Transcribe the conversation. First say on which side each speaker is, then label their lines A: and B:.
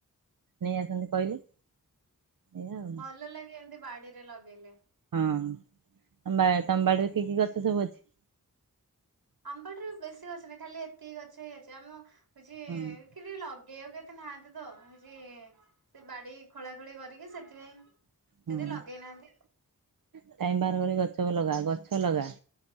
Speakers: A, on the right; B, on the right.
A: ନେଇ ଆସନ୍ତି କହିଲେ। ଏଇଆ ଆଉ
B: ଭଲ ଲାଗେ ଏମତି ବାଡିରେ ଲଗେଇଲେ।
A: ହଁ ତମ ବାଡିରେ କି କି ଗଛ ସବୁ ଅଛି?
B: ଆମ ବଡି ରେ ବେଶୀ ଗଛ ନାହିଁ ଖାଲି ଏତିକି ଗଛ ହିଁ ଅଛି ଆମ ହଉଛି
A: ହଁ
B: କି ଲଗେଇବାକୁ କେତେ ନାହାନ୍ତି ତ କିଛି ସେ ବାଡି ଖୋଳା ଖୋଳି କରିକି ସେଥିପାଇଁ
A: ହଁ
B: ଯଦି ଲଗେଇନାହାନ୍ତି।
A: ଟାଇମ ବାହାର କରି ଗଛକୁ ଲଗା ଗଛ ଲଗା।